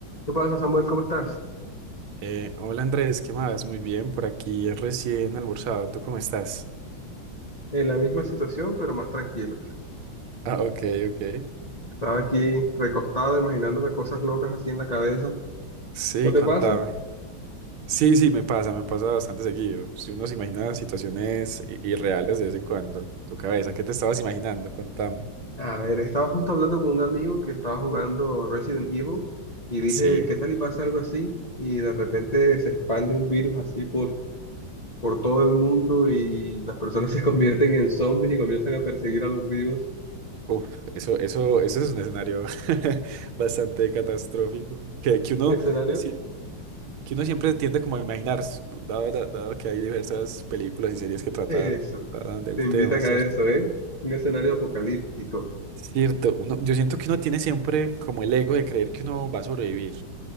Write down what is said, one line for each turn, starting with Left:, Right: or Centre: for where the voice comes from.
Left: ¿Qué pasa, Samuel? ¿Cómo estás?
Right: Eh, hola Andrés, ¿qué más? Muy bien, por aquí recién almorzado. ¿Tú cómo estás?
Left: En la misma situación, pero más tranquilo.
Right: Ah, ok, ok.
Left: Estaba aquí recostado, imaginándome cosas locas así en la cabeza.
Right: Sí,
Left: ¿No te
Right: contame.
Left: pasa?
Right: Sí, sí, me pasa, me pasa bastante seguido. Si uno se imagina situaciones i- irreales de vez en cuando, tu cabeza, ¿qué te estabas imaginando? Contame.
Left: A ver, estaba justo hablando con un amigo que estaba jugando Resident Evil y dije,
Right: Sí.
Left: ¿qué tal y pasa algo así? Y de repente se expande un virus así por, por todo el mundo y las personas <laughs> se convierten en zombies y comienzan a perseguir a los vivos.
Right: Uf, eso, eso, eso es un escenario <laughs> bastante catastrófico que, que uno,
Left: Escenario,
Right: sie- que uno siempre tiende como a imaginar, dado, la- dado que hay diversas películas y series que tratan,
Left: eso.
Right: tratan del
Left: Te invitan
Right: tema, ¿cierto?
Left: a eso, ¿eh? Un escenario apocalíptico.
Right: Cierto, uno, yo siento que uno tiene siempre como el ego de creer que uno va a sobrevivir,